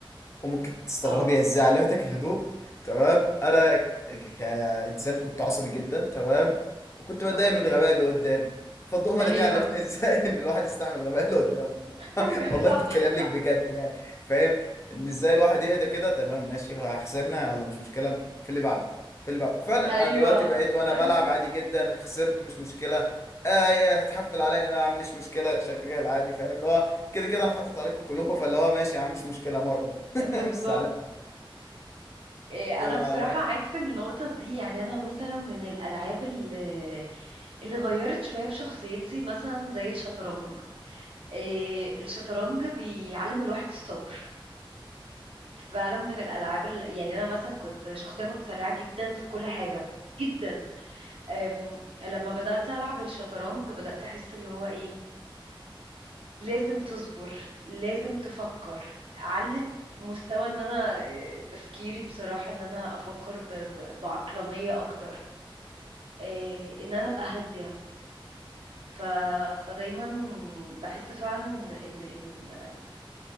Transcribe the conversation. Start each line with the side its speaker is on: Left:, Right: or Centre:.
Left: وممكن تستغربي
Right: اه
Left: ازاي علمتك الهدوء تمام انا ك- كانسان كنت عصبي جدا تمام وكنت بتضايق
Right: اوكي
Left: من الغباء
Right: <laughs>
Left: اللي قدامي فالضمنه
Right: ايوه
Left: دي علمتني <laughs> ازاي
Right: <laughs>
Left: ان الواحد يستحمل الغباء اللي قدامه
Right: ايوه
Left: والله
Right: صح
Left: بتكلم لك
Right: صح
Left: بجد يعني فاهم ان ازاي الواحد يهدى كده تمام ماشي ها، خسرنا يلا مش مشكله في اللي بعده في اللي بعده وفعلا
Right: ايوه
Left: انا دلوقتي بقيت وانا
Right: ايوه
Left: بلعب عادي جدا خسرت مش مشكله آه يا هتحفل عليا يا عم مش مشكله شغال عادي فاهم اللي هو كده كده انا حاطط عليكم كلكم فاللي هو ماشي يا عم مش مشكله مره <laughs>
Right: بالظبط
Left: مش
Right: إيه،
Left: زعلان
Right: انا بصراحة معاك في النقطة دي يعني انا مثلا من الالعاب اللي اللي غيرت شوية في شخصيتي مثلا زي الشطرنج إيه، الشطرنج بيعلم الواحد الصبر فعلا من الالعاب ال- يعني انا مثلا كنت شخصية متسرعة جدا في كل حاجة جدا أم، لما بدأت ألعب الشطرنج بدأت أحس اللي هو إيه لازم تصبر لازم تفكر علت مستوى ان انا إيه، تفكيري بصراحة ان انا افكر ب... ب... بعقلانية اكتر آه، ان انا ابقى هاديه ف... فدايما بحس فعلا ان ان